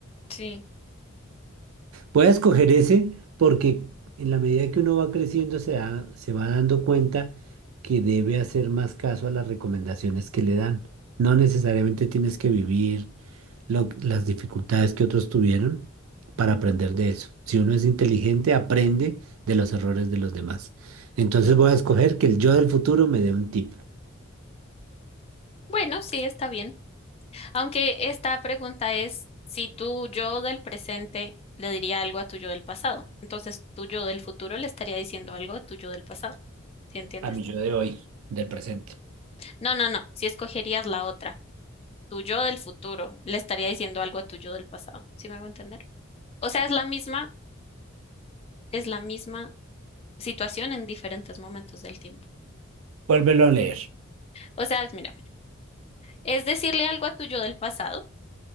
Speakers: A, on the left; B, on the right.
A: Sí.
B: Voy a escoger ese porque en la medida que uno va creciendo se da- se va dando cuenta que debe hacer más caso a las recomendaciones que le dan. No necesariamente tienes que vivir lo- las dificultades que otros tuvieron para aprender de eso. Si uno es inteligente, aprende de los errores de los demás. Entonces voy a escoger que el yo del futuro me dé un tip
A: Bueno, sí, está bien. Aunque esta pregunta es si tu yo del presente le diría algo a tu yo del pasado. Entonces, tu yo del futuro le estaría diciendo algo a tu yo del pasado. ¿Sí entiendes?
B: a mi yo de hoy, del presente.
A: No, no, no. Si escogerías la otra. tu yo del futuro le estaría diciendo algo a tu yo del pasado, ¿sí me hago entender? O sea, es la misma, es la misma situación en diferentes momentos del tiempo.
B: Vuélvelo a leer.
A: O sea, es- mira, es decirle algo a tu yo del pasado,